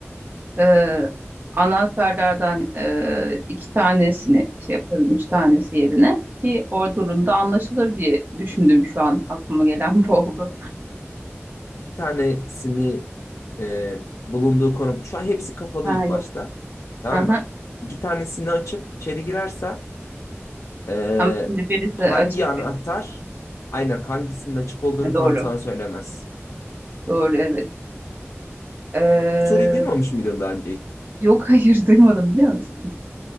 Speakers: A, on the right; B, on the left.
A: e, anahtarlardan e, iki tanesini şey yaparım. Üç tanesi yerine ki o durumda anlaşılır diye düşündüm şu an. Aklıma gelen bu oldu.
B: İki tanesini e, bulunduğu konum. Şu an hepsi kapalı
A: Ha
B: ilk
A: yok.
B: başta. Tamam
A: Hı hı.
B: mı? İki tanesini açıp içeri girerse e,
A: Ama şimdi birisi
B: hangi
A: açık
B: anahtar
A: bir.
B: aynen hangisinin açık olduğunu
A: Ha, Doğru.
B: tam sana söylemez.
A: Doğru evet. E,
B: Bu soruyu duymamış mıydın daha önce hiç?
A: yok hayır <laughs> duymadım biliyor musun?